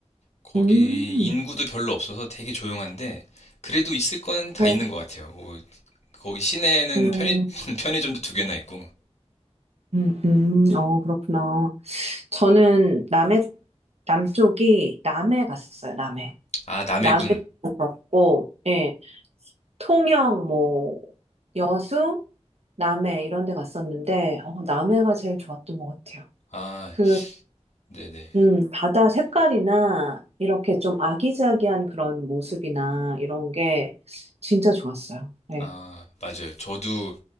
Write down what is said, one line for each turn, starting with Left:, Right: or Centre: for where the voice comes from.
Left: 거기
Right: 음,
Left: 인구도 별로 없어서 되게 조용한데 그래도 있을 건 다
Right: 네.
Left: 있는 것 같아요. 뭐 거기 시내에는
Right: 음,
Left: 편의, <laughs> 편의점도 두 개나 있고.
Right: 음, 음, 어, 그렇구나. 저는 남해, 남쪽이 남해 갔었어요, 남해.
Left: 아, 남해군.
Right: 남해도 그렇고, 예, 통영, 뭐, 여수, 남해 이런 데 갔었는데, 어, 남해가 제일 좋았던 것 같아요.
Left: 아,
Right: 그,
Left: 네네.
Right: 음, 바다 색깔이나 이렇게 좀 아기자기한 그런 모습이나 이런 게 진짜 좋았어요. 예.
Left: 아, 맞아요. 저도